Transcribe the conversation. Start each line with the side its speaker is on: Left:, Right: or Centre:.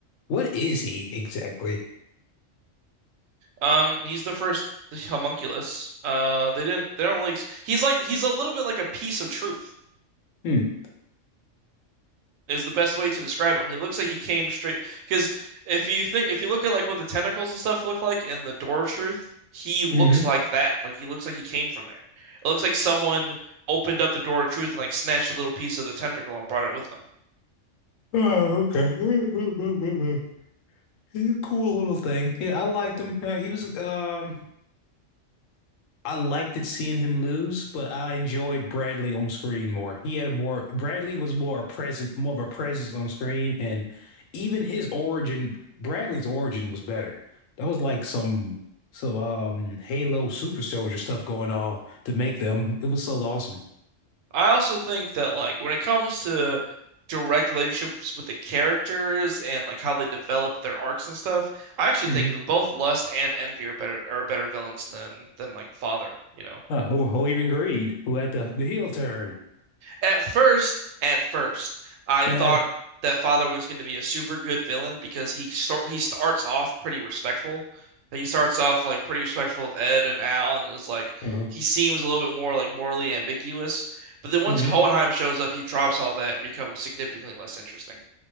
Left: What is he exactly?
Right: Um, he's the first the homunculus. Uh, they didn't. They don't really. He's like. He's a little bit like a piece of truth.
Left: Hmm.
Right: is the best way to describe him. He looks like he came straight because if you think if you look at like what the tentacles and stuff look like in the Door of Truth, he looks
Left: hmm
Right: like that. Like he looks like he came from there. It looks like someone opened up the Door of Truth and like snatched a little piece of the tentacle and brought it with them.
Left: Oh, okay. <laughs> He's a cool little thing. Yeah, I liked him. Uh, he was um I liked it seeing him lose, but I enjoyed Bradley on screen more. He had a more Bradley was more a present, more of a presence on screen, and even his origin, Bradley's origin was better. That was like some some um Halo super soldier stuff going on to make them. It was so awesome.
Right: I also think that like when it comes to direct relationships with the characters and like how they develop their arcs and stuff, I actually
Left: hmm
Right: think both Lust and Envy are better are better villains than than like Father, you know.
Left: Uh, who, who even Greed, who had the the heel turn.
Right: At first, at first, I
Left: <laughs>
Right: thought
Left: hmm
Right: that Father was going to be a super good villain because he start he starts off pretty respectful. Like, He starts off like pretty respectful of Ed and Al, and is like
Left: hmm
Right: he seems a little bit more like morally ambiguous. But then once
Left: hmm
Right: Hohenheim shows up, he drops all that and becomes significantly less interesting,